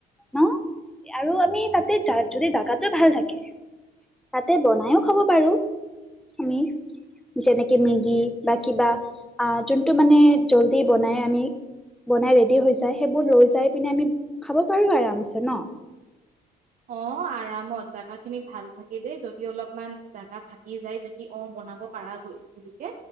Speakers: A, in the centre; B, on the right.
A: ন। আৰু আমি তাতে জাগ যদি জাগাটো ভাল থাকে তাতে বনাইও খাব পাৰো, আমি যেনেকে মেগি বা কিবা যোনটো মানে জল্দি বনাই আমি বনাই ৰেডি হৈ যায় সেইবোৰ লৈ যাই পিনে আমি খাব পাৰো আৰাম চে। ন।
B: অহ ', আৰামত জাগা খিনি ভাল থাকিলে যদি অলপমান জাগা থাকি যায় যদি অহ', বনাব পাৰা বুলি- বুলিকে